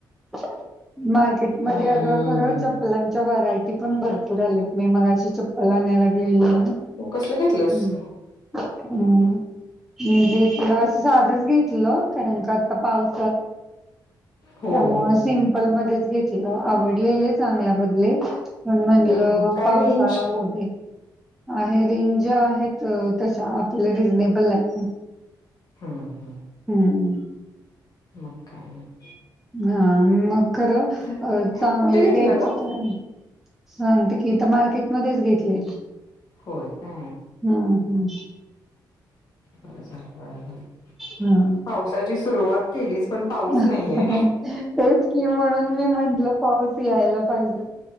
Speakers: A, in the centre; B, on the left.
A: <unintelligible> मार्केटमध्ये
B: हम्म
A: अगं खरं चप्लांच्या व्हरायटी पण भरपूर आलेत मी मग अशी चप्पल आणयलाग ह
B: हो कसलं घेतलंस
A: हम् हम्म म्हणजे तुला असं साधच घेतलं कारण क आता पाऊस
B: हो
A: त्यामुळे
B: हो
A: सिंपल मच घेतलं आवड लेले चांगल्या बदले पण म्हणलं
B: हम्म हम्म काय
A: पावसाळा
B: रेंज
A: हो दे आहे रेंज आहेत तश आपल्याला रिझनेबल आहे
B: हम्
A: हम्मम
B: म का आहे ना
A: हा मग खरं
B: नाही.
A: चांगलं
B: कुठे घेतला
A: घ्यायच
B: ग?
A: तर सांगते कीथ मार्केट मध्येच घेतले
B: होय काय
A: हा हम.
B: बर झालं बर झालं,
A: हां.
B: पावसाची सुरुवात केलीच. पण पाऊस
A: तेच
B: नाहीये.
A: कि म. म्हणून मी म्हटलं पाऊस यायला पाहिजे,